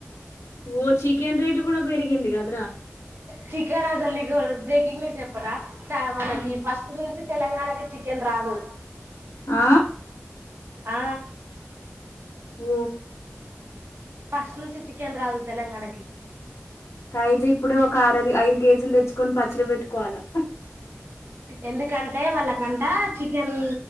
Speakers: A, on the left; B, on the right.
A: ఓ చికెన్ రైట్ కూడా పెరిగింది కదరా
B: చికెన్ అసలు నీకు బ్రేకింగ్ న్యూస్ చెప్పనా మనకి
A: హ్మ్.
B: ఫస్ట్ నుంచి తెలంగాణ కు చికెన్ రాదు
A: ఆ
B: ఆ
A: ఓ
B: ఫస్ట్ నుంచి చికెన్ రాదు తెలంగాణ కి
A: అయితే ఇప్పుడు ఒక ఆరవి ఐదు కేజీలు తెచ్చుకొని పచ్చడి పెట్టుకోవాలా
B: ఎందుకంటే వాళ్ళకంటా చికెన్